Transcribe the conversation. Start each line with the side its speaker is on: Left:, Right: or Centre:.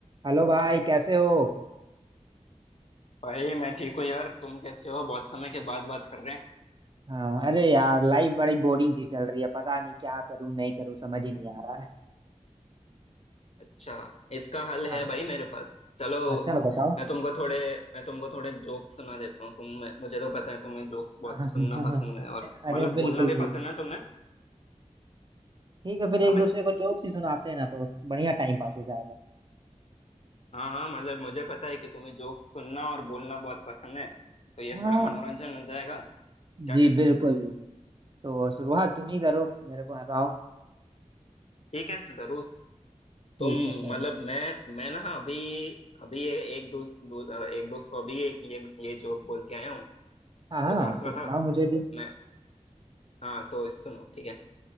Right: Hello भाई कैसे हो
Left: भाई मैं ठीक हूँ यार तुम कैसे हो बहुत समय के बाद बात कर रहे हैं
Right: हाँ, अरे यार लाइफ बड़ी बोरिंग सी चल रही है पता नहीं क्या करूं नहीं करूं समझ ही नहीं आ रहा है
Left: अच्छा इसका हल
Right: हाँ
Left: है भाई मेरे पास चलो
Right: अच्छा बताओ
Left: मैं तुमको थोड़े मैं तुमको थोड़े जोक्स सुना देता हूँ तुम मुझे तो पता है तुम्हें जोक्स बहुत
Right: <laughs> हाँ,
Left: सुनना पसंद है और
Right: अरे
Left: मतलब
Right: बिल्कुल
Left: बोलना भी
Right: बिल्कुल
Left: पसंद है तुम्हें
Right: ठीक है फिर एक
Left: हाँ भाई
Right: दूसरे को जोक्स ही सुनाते हैं ना तो बढ़िया टाइम पास हो जाएगा
Left: हाँ हाँ मतलब मुझे पता है कि तुम्हें जोक्स सुनना और बोलना बहुत पसंद है तो ये
Right: हाँ
Left: थोड़ा मनोरंजन हो जाएगा क्या
Right: जी
Left: कहते
Right: बिल्कुल
Left: हो
Right: तो शुरुआत तुम ही करो मेरे को हंसाओ
Left: ठीक है जरूर
Right: ठीक
Left: तुम
Right: है फिर
Left: मतलब मैं मैं ना अभी अभी ए- एक दोस्त दो, एक दोस्त को अभी एक ये ये जोक बोल के आया हूँ
Right: हाँ हाँ
Left: वो तो हंस
Right: तो
Left: रहा
Right: सुनाओ
Left: था
Right: मुझे भी
Left: मैं हाँ तो सुनो ठीक है